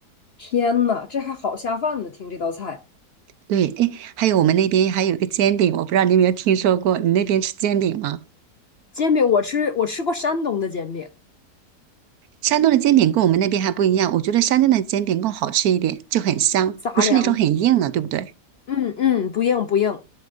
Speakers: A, on the left (about 55°); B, on the right (about 70°).
A: 天呐，这还好下饭呢！听这道菜，
B: 对，哎，还有我们那边还有一个煎饼，我不知道你有没有听说过，你那边吃煎饼吗？
A: 煎饼我吃我吃过山东的煎饼，
B: 山东的煎饼跟我们那边还不一样，我觉得山东的煎饼更好吃一点，就很香，
A: 杂粮，
B: 不是那种很硬的，对不对？
A: 嗯嗯，不硬不硬，